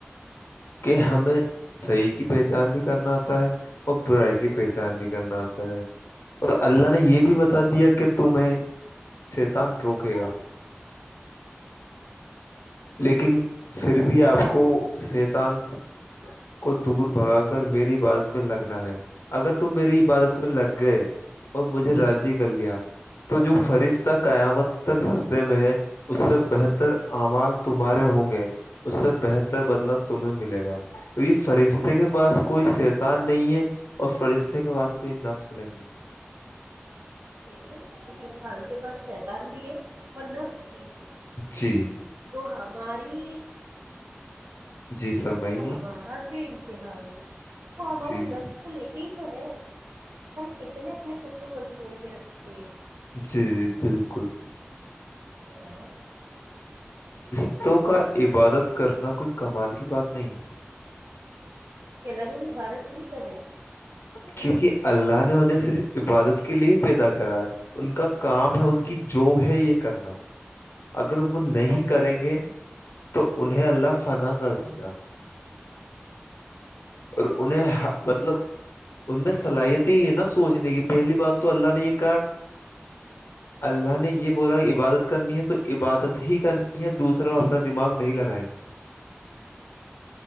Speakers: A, on the left; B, on the right.
A: کہ ہمیں صیح کی پہچان بھی کرنا آتا ہے اور برائی کی پہچان بھی کرنا آتا ہے اور اللہ نے یہ
B: بے
A: بھی
B: شک
A: بتا دیا کہ تمہیں سیتان روکے گا لیکن پھر بھی آپ کو شیتان کو دور بھگا کر میری عبادت میں لگنا ہے اگر تم میری عبادت میں لگ گئے اور مجھے راضی کر لیا تو جو فرست تک قیامت تک سستے میں ہے اس سے بہتر اعمال تمہارے ہوں گے اس سے بہتر بدلا تمہیں ملے گا کیونکہ فرشتے کے پاس کوئی شیتان نہیں ہے اور فرشتے کے بعد کوئی نفس نہیں ہے
B: بالکل ایک انسان کے پاس شیتان بھی ہے اور نفظ بھی ہے
A: جی
B: تو ہماری
A: جی فرمائیے
B: تو ہمارا جو امتحان ہے وہ ہمارے
A: جی
B: نفظ کو لے کے ہی تو ہے کتنے اپنے کو کنٹرول میں رکھتے
A: جی بالکل
B: ہاں
A: ختوں کا عبادت کرنا کوئی کمال کی بات نہیں ہے
B: کلا نے عبادت کی نہیں پیدا کی
A: کیونکہ اللہ نے انہیں صرف عبادت کے لیے ہی پیدا کرا ہے ان کا کام ہے ان کی جاب ہے یہ کرنا اگر اگر وہ نہیں
B: بالکل
A: کریں گے تو انہیں اللہ فن کر دے گا اور انہیں مطلب ان میں صلاحیت ہی ہے نا سوچنے کی پہلی بات تو اللہ نے یہ کہا اللہ نے یہ بولا عبادت کرنی ہے تو عبادت ہی کرنی ہے دوسرا وہ اپنا دماغ نہیں لگائیں گے